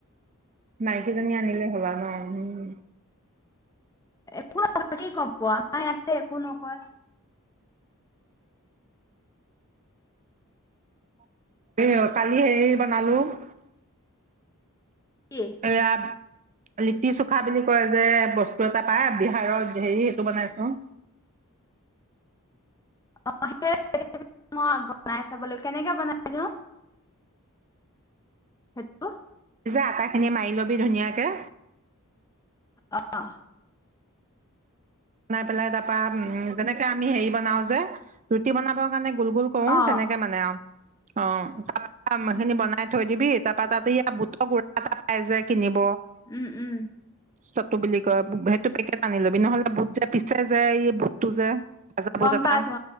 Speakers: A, on the right; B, on the left.
A: মাইকীজনী আনিলে হবা ন উম
B: একো নহয় কি কব আমাৰ ইয়াতে একো নকয়
A: এ অ কালি সেৰিব মানুহ
B: কি
A: এয়াত লিটি চুখা বুলি কয় যে বস্তু এটা পাই বিহাৰৰ হেৰি এইেইটো বনাইছো।
B: অ সেই মই বনাই চাব লাগিব কেনেকে বনাই নো? সেইটো?
A: যে আটা খিনি মাৰি লবি ধুনীয়াকে
B: অ
A: বনাই পেলাই তাপা উম যেনেকে আমি হেৰি বনাও যে ৰুটি বনাব কাৰণে গোল গোল কৰো
B: অ'
A: তেনেকে মানে আৰু। অ আটা
B: উম,
A: খিনি বনাই থৈ দিবি তাত তাতে ইয় বুটৰ গুৰা এটা পাই যায় কিনিব।
B: উম উম
A: চটু বুলি কয় সেইটো পেকেট আনি ল'বি নহলে। বুট যে পিছে যে এই বুটটো যে, ভাজা বুট
B: গম
A: এটা
B: পাই আছো